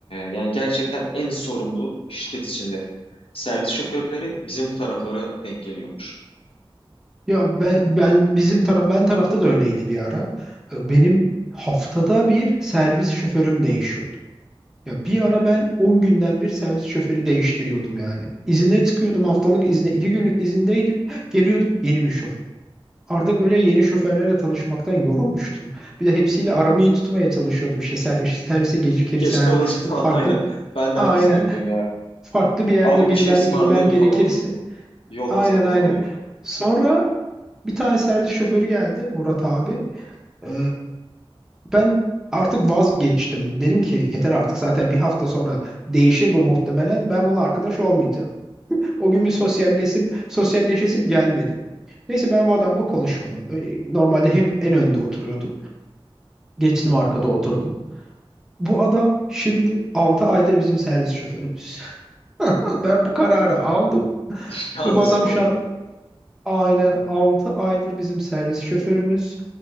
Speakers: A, on the left; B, in the centre.
A: yani gerçekten en sorumlu şirket içinde servis şoförleri bizim bu taraflara denk geliyormuş.
B: Ya ben ben bizim taraf ben tarafta da öyleydi bir ara. E, Benim haftada bir servis şoförüm değişiyordu. Ya bir ara ben 10 günden bir servis şoförü değiştiriyordum yani. İzine çıkıyordum haftalık izne, 2 günlük izindeydim. <gasps> Geliyordum yeni bir şoför. Artık böyle yeni şoförlerle tanışmaktan yorulmuştum. Bir de hepsiyle aramı iyi tutmaya çalışıyordum. İşte servis, servise gecikirsem
A: Geç kalınca <laughs>
B: ya
A: falan
B: da farklı
A: aynen. Ben de
B: aynen
A: aynısını yapıyorum ya.
B: farklı bir yerde
A: Abi
B: binmem
A: bir şey ısmarlayayım
B: inmem gerekirse.
A: mı falan. Yoldan
B: Aynen
A: sana
B: aynen.
A: ne alayım?
B: Sonra bir tane servis şoförü geldi Murat abi. Ee, ben artık vazgeçtim. Dedim ki yeter artık zaten bir hafta sonra değişir bu muhtemelen. Ben bununla arkadaş olmayacağım. O gün bir sosyalleşim, sosyalleşesim gelmedi. Neyse ben bu adamla konuşmadım. Ö- Normalde hep en önde oturuyordu. Geçtim arkada oturdum. Bu adam şimdi 6 aydır bizim servis şoförümüz. <laughs> Ben bu kararı aldım.
A: <laughs> Anlasın
B: Ve bu adam
A: o
B: şu
A: da.
B: an aynen 6 aydır bizim servis şoförümüz.